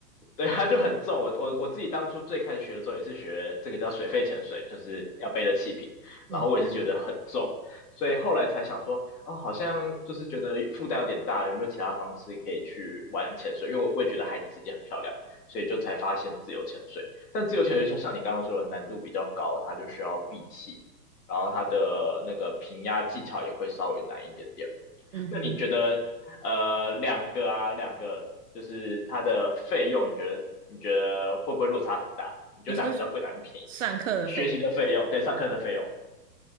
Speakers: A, on the left; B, on the right.
A: 对，它就很重。我我我自己当初最开始学的时候也是学这个叫水肺潜水，就是要背的气瓶，然后我也是觉得很重，
B: 嗯
A: 所以后来才想说，哦，好像就是觉得负担有点大，有没有其他方式可以去玩潜水？因为我我也觉得海底世界很漂亮，所以就才发现自由潜水。但自由潜水就像你刚刚说的，难度比较高，它就需要闭气，然后它的那个平压技巧也会稍微难一点点。
B: 嗯哼，
A: 那你觉得呃两个啊两个就是它的费用，你觉得你觉得会不会落差很大？你觉得哪个比较贵，
B: 你说
A: 哪个比较便宜？
B: 上课的费用？
A: 学习的费用，对，上课的费用。